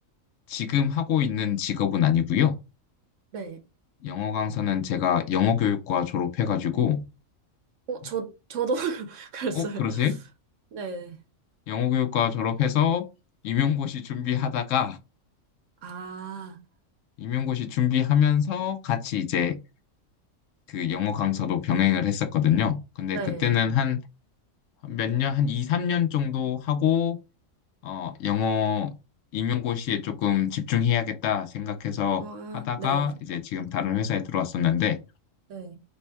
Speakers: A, on the left; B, on the right.
A: 지금 하고 있는 직업은 아니고요.
B: 네.
A: 영어 강사는 제가 영어교육과 졸업해가지고,
B: 어,
A: 어,
B: 저 저도 <laughs> 그랬어요.
A: 어, 그러세요?
B: 네.
A: 영어교육과 졸업해서 임용고시 준비하다가,
B: 아,
A: 임용고시 준비하면서 같이 이제 그 영어 강사도 병행을 했었거든요. 근데
B: 네.
A: 그때는 한 몇 년, 한 2, 3년 정도 하고, 어, 영어 임용고시에 조금 집중해야겠다 생각해서
B: 아,
A: 하다가
B: 네.
A: 이제 지금 다른 회사에 들어왔었는데
B: 네.